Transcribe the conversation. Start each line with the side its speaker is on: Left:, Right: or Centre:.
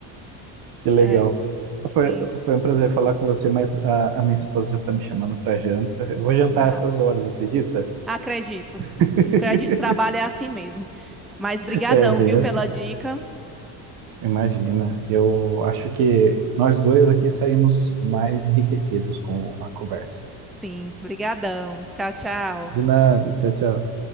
Right: Que legal.
Centre: É,
Right: Foi,
Centre: sim.
Right: foi um prazer falar com você, mas a, a minha esposa já tá me chamando pra janta. Eu vou jantar
Centre: E Yeah.
Right: essas horas, acredita?
Centre: Acredito.
Right: <laughs>
Centre: Acredito, trabalho é assim mesmo. Mas brigadão,
Right: É bem
Centre: viu,
Right: assim.
Centre: pela dica.
Right: Imagina. Eu acho que nós dois aqui saímos mais enriquecidos com a conversa.
Centre: Sim, brigadão. Tchau, tchau.
Right: De nada. Tchau, tchau.